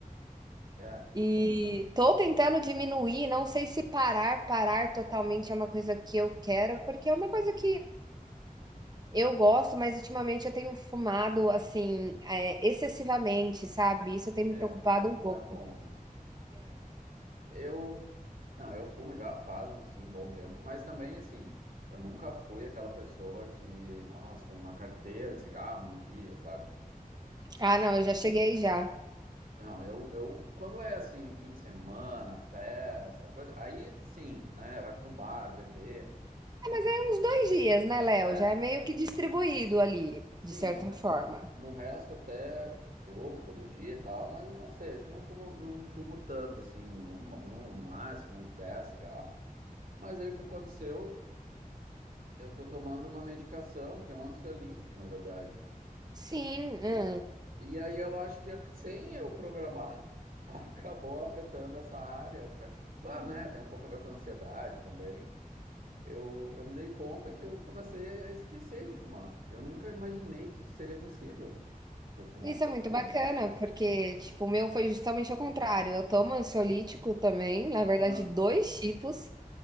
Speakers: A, on the right; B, on the right.
A: É.
B: e tô tentando diminuir. Não sei se parar, parar totalmente é uma coisa que eu quero, porque é uma coisa que eu gosto, mas ultimamente eu tenho fumado assim, é, excessivamente, sabe? Isso tem me
A: É,
B: preocupado
A: daí
B: um
A: não
B: pouco.
A: é bom, né? Eu, Não, eu fumo já faz, assim, um bom tempo, mas também, assim, eu nunca fui aquela pessoa que, nossa, fumo uma carteira de cigarro num dia, sabe? Se-
B: Ah, não, eu já cheguei já.
A: Não, eu, eu, quando é, assim, fim de semana, festa, coisa, aí, sim, né, vai para um bar, beber,
B: É, mas é uns dois dias, né, Léo?
A: é,
B: Já é meio que distribuído ali,
A: sim,
B: de certa
A: no, re-
B: forma.
A: no resto até fumo todo dia e tal, mas não sei, acho que não fumo, não fumo tanto, assim, no, ma- no máximo uns 10 cigarros. Mas aí o que aconteceu... Eu tô tomando uma medicação que é um ansiolítico, na verdade.
B: Sim, hã.
A: E, e aí eu acho que a- sem eu programar, <laughs> acabou afetando essa área, porque acho, claro, né, tem um pouco a ver com a ansiedade também. Eu, eu me dei conta que eu comecei a esquecer de fumar. Eu nunca imaginei que isso seria possível, porque eu fumo
B: Isso
A: há um bom
B: é muito
A: tempo,
B: bacana,
A: né?
B: porque, tipo, o meu foi justamente ao contrário. Eu tomo ansiolítico também, na verdade,
A: Ah,
B: 2 tipos,